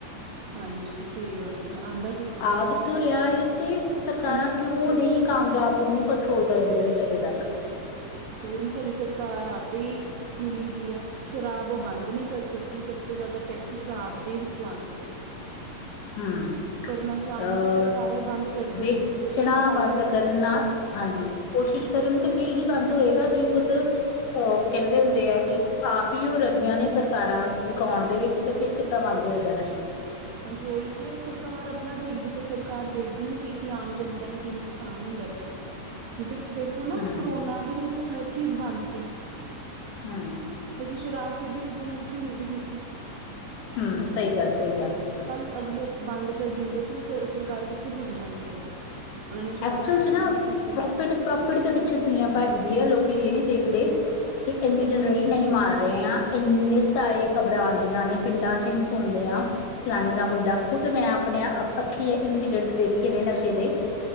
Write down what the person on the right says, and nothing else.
ਹਾਂਜੀ, ਸਹੀ ਗੱਲ ਐ। ਆੰਦਾ ਕਿਥ
ਹੀ
ਵਿੱਚ
ਉਈ ਨਾ ਸਾਡੀ ਸਰਕਾਰ ਆਪੇ ਹੀ ਮਿਲੀ ਦੀ ਹੈ ਸ਼ਰਾਬ ਉਹ ਬੰਦ ਨੀ ਕਰ ਸਕਦੀ ਸਭ ਤੋਂ ਜ਼ਿਆਦਾ ਟੈਕਸ ਸ਼ਰਾਬ ਦੇ ਵਿੱਚੋਂ ਆਂਦਾ।
ਕਰਨਾ ਚਾਹਣ
ਤੇ ਸਰਕਾਰ ਇਹ ਬੰਦ ਕਰ ਸਕਦੀਆਂ
ਲੇਕਿਨ ਫਾਇਦਾ
ਉਹਨਾਂ
ਦਾ
ਹਾਂਜੀ ਉਹੀ ਤੇ ਹੈ ਸਰਕਾਰ ਆਪਣਾ ਦੇਖਦੀ ਪ ਸਰਕਾਰ ਦੇਖਦੀ ਨੀ ਪਈ ਕਿ ਆਮ ਜਨਤਾ ਨੂੰ ਕੀ ਨੁਕਸਾਨ ਹੁੰਦਾ ਪਿਆ।
ਤੇ ਦੇਖੋ ਨਾ
ਕਰੋਨਾ ਦੇ ਵਿੱਚ ਹਰ ਚੀਜ਼ ਬੰਦ ਸੀ।
ਲੇਕਿ ਸ਼ਰਾਬ ਫਿਰ ਵੀ ਕਿੱਥੋਂ ਨਾ ਕਿੱਥੋਂ ਮਿਲਦੀ ਪੀ ਸੀ।
ਕੱਲ੍ਹ
ਅਗਲੇ ਬੰਦ ਕਰ ਦਿੰਦੇ ਤੇ ਸਰਕਾਰ ਕਿੱਥੇ ਪੁੱਜ ਜਾਂਦੀ ਅੱਜ। ਔਨਾਂ ਨੇ ਸ਼ਰਾਬ
ਬੰਦ
ਈ ਨੀ ਕੀਤੀ।